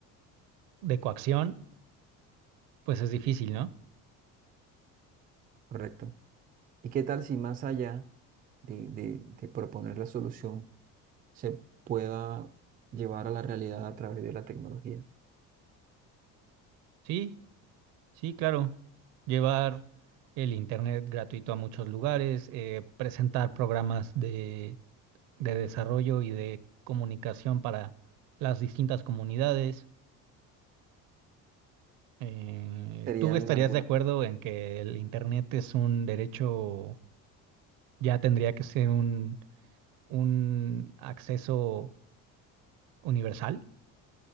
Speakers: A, on the right; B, on the right.
A: de coacción, pues es difícil, ¿no?
B: ¿correcto? ¿Y qué tal si más allá de, de- de proponer la solución se pueda llevar a la realidad a través de la tecnología?
A: Sí, Sí, claro. Llevar el internet gratuito a muchos lugares, eh, presentar programas de, de desarrollo y de comunicación para las distintas comunidades. Eh,
B: Serían
A: ¿tú estarías
B: algunas
A: de acuerdo en que el internet es un derecho, ya tendría que ser un, un acceso universal?